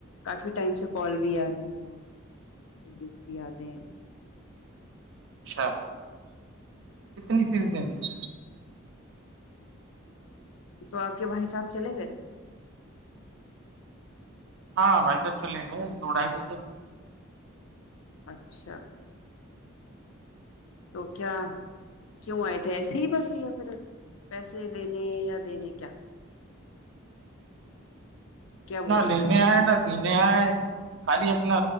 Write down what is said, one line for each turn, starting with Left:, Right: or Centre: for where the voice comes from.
Left: کافی ٹائم سے کال بھی آ رہے ہیں اور میسجز بھی آتے ہیں
Right: اچھا کتنی فیس
Left: جی
Right: دینی ہے
Left: تو آپ کے بھائیساب چلے گئے
Right: ہاں بھائی جب چلیں گے دوڑائی بھی جب
Left: اچھا تو کیا کیوں آئے تھے ایسے ہی بس یا پھر پیسے لینے یا دینے کیا کیا بول
Right: نہ لے
Left: رہے تھے
Right: نہیں آئے ن نہیں آئے خالی اپنا